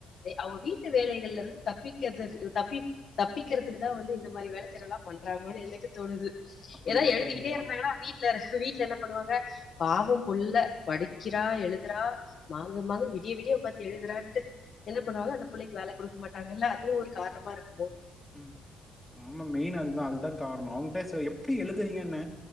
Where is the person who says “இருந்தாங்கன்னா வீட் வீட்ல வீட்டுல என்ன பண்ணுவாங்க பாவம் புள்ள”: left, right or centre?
Left